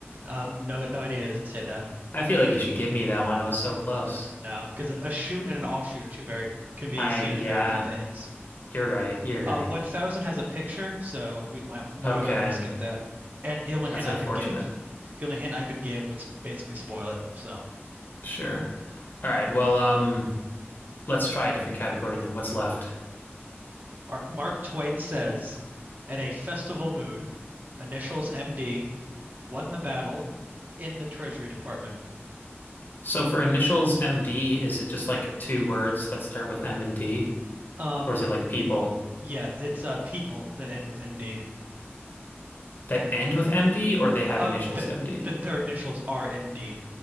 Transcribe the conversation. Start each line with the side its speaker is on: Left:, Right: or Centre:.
Right: Um, no, no idea. It doesn't say that.
Left: I feel like you should give me that one. I was so close.
Right: No, because a shoot and an offshoot are two very can be
Left: I,
Right: seen as
Left: yeah,
Right: very different things.
Left: you're right. You're right.
Right: Uh, 1000 has a picture, so we might we might
Left: Okay.
Right: want to skip that. And the only hint
Left: That's
Right: I
Left: unfortunate.
Right: could give, the only hint I could give would basically spoil it. So
Left: Sure. All right. Well, um, let's try a different category Then what's left.
Right: Mark Twain says, "At a festival mood, initials MD won the battle in the Treasury Department."
Left: So for initials MD, is it just like two words that start with M and D?
Right: Um,
Left: Or is it like people
Right: yeah, it's uh people that end with MD.
Left: that end with MD or they have
Right: Uh,
Left: initials
Right: th
Left: MD?
Right: th their initials are MD.